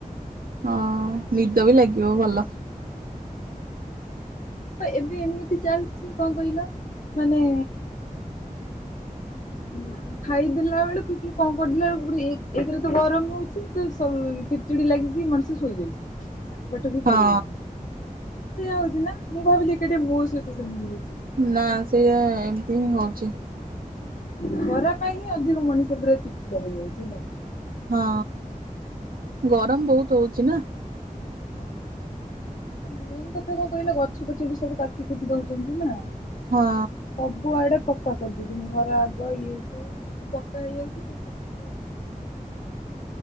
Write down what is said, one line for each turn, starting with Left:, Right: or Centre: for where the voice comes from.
Right: ହଁ, ନିଦ ବି ଲାଗିବ ଭଲ।
Left: ହିଁ ହ ଏବେ ଏମିତି ଚାଲିଛି କଣ କହିଲ? ମାନେ <inaudible> ଖାଇଦେଲା ବେଳକୁ କି କଂ କରିଦେଲା ବେଳେକୁ ଏକରେ ତ ଗରମ ହଉଚି ତ ଚିଡ଼ି ଲାଗିକି ମଣିଷ ଶୋଇଯାଉଚି। ପାଠ ପାଠ ବି
Right: ହଁ
Left: ପଢି ହଉନି। ସେଇୟା ହଉଚି ନା ମୁଁ ଭାବିଲି ଏକା ଟିଆ ମୋ ସହିତ ସେମିତି ହଉଚି।
Right: ନା ସିଏ ଏମିତି ହିଁ ହଉଚି।
Left: ଖରା ପାଇଁ ହିଁ ଅଧିକ ମଣିଷ ପୁରା ଚିଡିଚିଡା ହେଇଯାଉଚି ନାଇଁ।
Right: ହଁ, ଗରମ ବହୁତ ହଉଚି ନା।
Left: ଓ ମେନ୍ କଥା କଣ କହିଲ ଗଛ ପଛ ବି ସବୁ କାଟି କୁଟି ଦଉଛନ୍ତି ନା।
Right: ହଁ
Left: ସ କୁଆଡେ ପକ୍କା କରିଦଉଚନ୍ତି। ଘର ଆଗ ଇଏ ହେଇ ସବୁ ପକ୍କା ହେଇଯାଉଚି। ତ ସେଥି <inaudible>